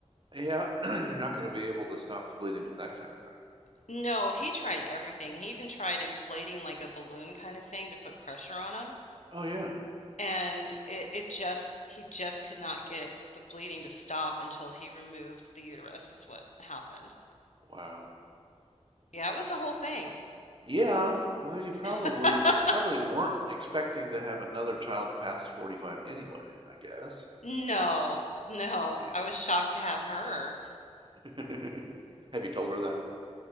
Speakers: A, on the right; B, on the left.
A: Yeah, <clears throat> you're not going to be able to stop the bleeding of that kind of thing.
B: No, he tried everything. He even tried inflating like a balloon kind of thing to put pressure on him.
A: Oh yeah.
B: And it, it just, he just could not get the bleeding to stop until he removed the uterus, is what happened.
A: Wow.
B: Yeah, it was a whole thing.
A: Yeah, well, you probably
B: <laughs>
A: probably weren't expecting to have another child past 45 anyway, I guess.
B: No, no.
A: Yeah.
B: I was shocked to have her.
A: <laughs> Have you told her that?